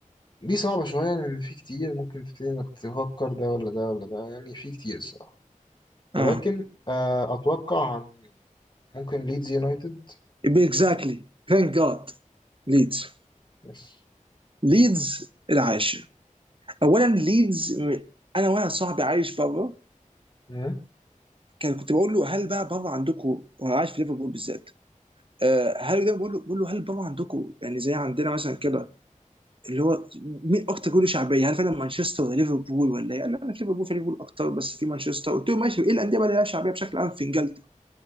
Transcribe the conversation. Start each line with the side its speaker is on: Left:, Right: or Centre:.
Left: دي صعبة شوية لأن في كتير ممكن تبتدي إنك تفكر ده ولا ده ولا ده يعني في كتير الصراحة ولكن
Right: اه
Left: آه، أتوقع عن- ممكن ليدز يونايتد
Right: اكزاكتلي ثانك جاد ليدز
Left: بس
Right: ليدز العاشر اولا ليدز م- انا واحد صاحبي عايش بره
Left: مم.
Right: كان كنت بقول له هل بقى بره عندكم هو عايش في ليفربول بالذات آه، هل ده بقول له بقول له هل بره عندكم يعني زي عندنا مثلا كده اللي هو مين اكتر جول شعبيه هل فعلا مانشستر ولا ليفربول ولا ايه؟ قال لا انا في ليفربول في ليفربول اكتر بس في مانشستر قلت له ماشي ايه الانديه بقى اللي لها شعبيه بشكل عام في انجلترا؟